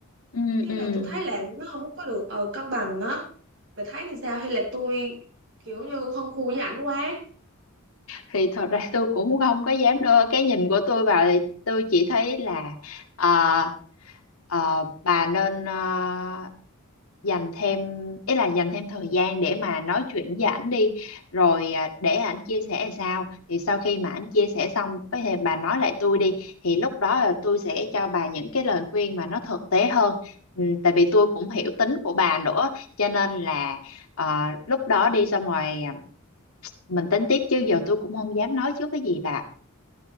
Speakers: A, on the left; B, on the right.
A: ừ
B: cái
A: ừ
B: là tôi thấy là nó không có được ờ, cân bằng á bà thấy thì sao hay là tôi kiểu như hơn thua với ảnh quá
A: thì thật ra tôi cũng không có dám đưa cái nhìn của tôi vào thì tôi chỉ thấy là ờ, ờ, bà nên ờ, dành thêm ý là dành thêm thời gian để mà nói chuyện với ảnh đi rồi à, để ảnh chia sẻ là sao thì sau khi mà ảnh chia sẻ xong có thể bà nói lại tôi đi thì lúc đó là tôi sẽ cho bà những cái lời khuyên mà nó thực tế hơn ừ, tại vì tôi cũng hiểu tính của bà nữa cho nên là ờ, lúc đó đi xong rồi à, mình tính tiếp chứ giờ tôi cũng không dám nói trước cái gì bà